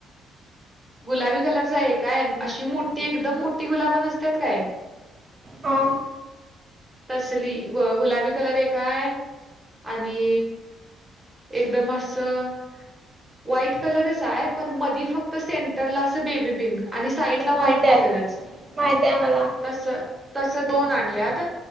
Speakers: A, in the centre; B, on the right (about 25°).
A: गुलाबी कलरच आहे काय अशी मोठी एकदम मोठी गुलाब नसतात काय.
B: हा.
A: तसली ग गुलाबी कलर एक हाय आणि. एकदम असं. व्हाईट कलरच आहे पण मधी फक्त सेंटरला अस बेबी पिंक आणि साईडला व्हाईट
B: माहित आहे
A: कलरच
B: माहित आहे मला
A: तस तस दोन आणल्यात.